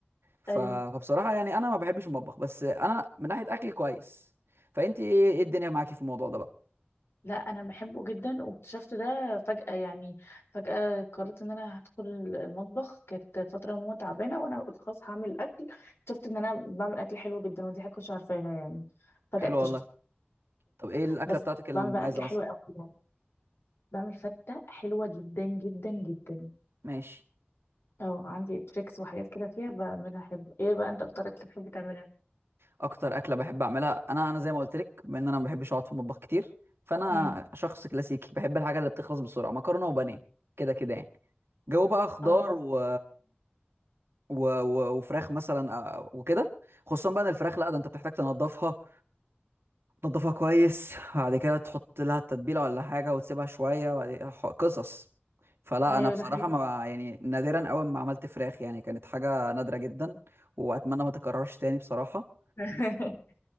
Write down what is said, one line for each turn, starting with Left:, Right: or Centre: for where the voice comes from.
Right: ف...
Left: ايوه
Right: فبصراحة يعني أنا ما بحبش المطبخ بس أنا من ناحية أكل كويس فأنت إيه إيه الدنيا معاكي في الموضوع ده بقى
Left: لا انا بحبه جدا واكتشفت ده فجأة يعني فجأة قررت ان انا هدخل المطبخ كانت فترة ماما تعبانة وانا قلت خلاص هعمل اكل اكتشفت ان انا بعمل اكل حلو جدا ودي حاجة مش عارفاها يعني فجأة
Right: حلو
Left: اكتشفت
Right: والله طب إيه الأكلة
Left: بس
Right: بتاعتك المميزة
Left: بعمل بقى اكل حلو
Right: مثلا
Left: قوي يعني بعمل فتة حلوة جدا جدا جدا
Right: ماشي
Left: اه عندي تريكس وحاجات كده فيها بعملها حلو ايه بقى انت اكتر اكل بتحب تعملها
Right: أكتر أكلة بحب أعملها أنا أنا زي ما قلت لك بما إن أنا ما بحبش أقعد في المطبخ كتير فأنا
Left: امم
Right: شخص كلاسيكي بحب الحاجة اللي بتخلص بسرعة مكرونة وبانيه كده كده يعني جو بقى خضار
Left: اه
Right: و... و... و... وفراخ مثلا آه، وكده خصوصا بقى إن الفراخ لا ده أنت بتحتاج تنضفها تنضفها كويس بعد كده تحط لها التتبيلة ولا حاجة وتسيبها شوية وبعد كده ح- قصص فلا
Left: ايوه
Right: أنا بصراحة
Left: ده حقيقي
Right: ما يعني نادرا أوي ما عملت فراخ يعني كانت حاجة نادرة جدا وأتمنى ما تكررش تاني بصراحة
Left: <laughs>